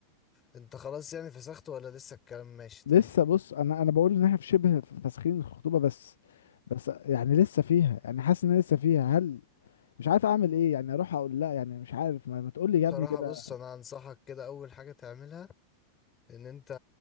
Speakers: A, on the left; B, on the left.
A: انت خلاص يعني فسخت ولا لسه الكلام ماشي
B: لسه
A: طيب
B: بص انا انا بقول ان احنا في شبه فاسخين الخطوبه بس بس يعني لسه فيها يعني حاسس ان أنا لسه فيها هل مش عارف اعمل ايه يعني اروح اقول لا يعني مش عارف ما, ما تقول لي يا
A: بصراحة
B: ابني كده
A: بص انا انصحك كده اول حاجة تعملها ان انت